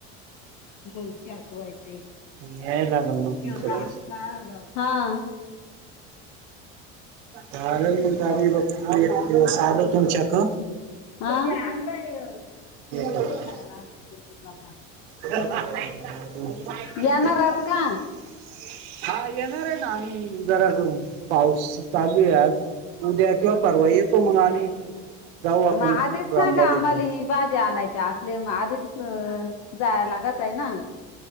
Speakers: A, on the left; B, on the right.
A: <unintelligible>
B: याय लागल मग तुमच्याकडं झालं मग गावी बघ एक दिवस आल तुमच्याक
A: आ!
B: करतो <unintelligible>
A: येणार आहेत का?
B: हा येणार आहे ना आम्ही जरा पाऊस चालू आहे आज. उद्या किंवा परवा येतो मंग आम्ही जाऊ आपण
A: म आधीच
B: रामबाजाकडे
A: सांगा आम्हाली भाजी आणायच्या असले म आधीच अ जाय लागत. आहे ना